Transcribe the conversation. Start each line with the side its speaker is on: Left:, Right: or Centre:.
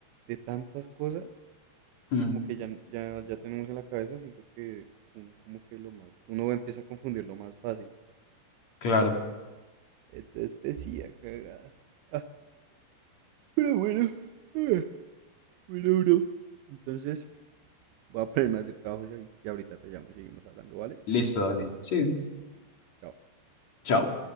Right: de tantas cosas,
Left: Mm.
Right: como que ya, ya, ya tenemos en la cabeza, siento que uno como que lo más, uno empieza a confundirlo más fácil.
Left: Claro.
Right: Esta especie ah, cagada. Ah, pero bueno, ah, bueno, bro. Entonces, voy a ponerme a hacer trabajos ahí y ahorita te llamo y seguimos hablando, ¿vale?
Left: Listo, dale. Sí.
Right: Vale, chao.
Left: Chao.